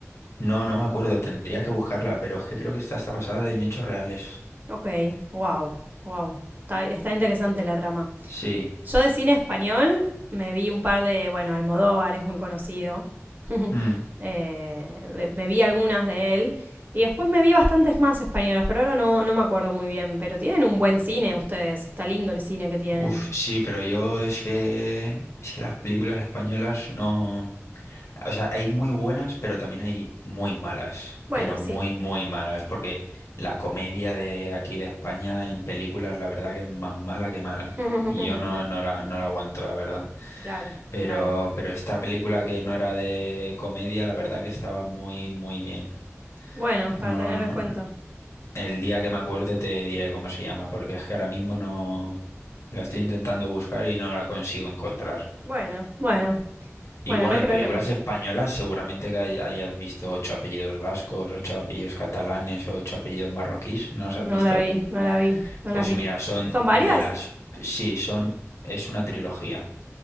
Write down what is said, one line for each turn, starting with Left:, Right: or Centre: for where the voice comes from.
Left: No, no me acuerdo, tendría que buscarla, pero es que creo que está hasta basada en hechos reales.
Right: Ok, wow, wow. Está, está interesante la trama.
Left: Sí.
Right: Yo de cine español me vi un par de, bueno, Almodóvar es muy conocido. <laughs>
Left: mm,
Right: Eh, me- me vi algunas de él. Y después me vi bastantes más españolas, pero ahora no, no me acuerdo muy bien. Pero tienen un buen cine ustedes, está lindo el cine que tienen.
Left: Uf, sí, pero yo es que es que las películas españolas no, o sea, hay muy buenas, pero también hay muy malas,
Right: Bueno,
Left: pero muy
Right: sí.
Left: muy malas, porque la comedia de aquí de España en películas, la verdad que es más mala que mala,
Right: <laughs>
Left: y yo no no la no la aguanto, la verdad.
Right: claro,
Left: Pero,
Right: claro.
Left: pero esta película que no era de comedia, la verdad que estaba muy, muy bien.
Right: Bueno, para
Left: No,
Right: tener en cuenta.
Left: el día que me acuerde te diré cómo se llama, porque es que ahora mismo no la estoy intentando buscar y no la consigo encontrar.
Right: Bueno, bueno,
Left: Y
Right: bueno,
Left: bueno,
Right: no hay
Left: y
Right: problema.
Left: películas españolas, seguramente que hay- hayas visto ocho apellidos vascos, ocho apellidos catalanes, ocho apellidos marroquíes, ¿no las has visto?
Right: No la vi, no la vi, no
Left: Pues
Right: las vi.
Left: mira, son
Right: ¿Son varias?
Left: de las, sí, son, es una trilogía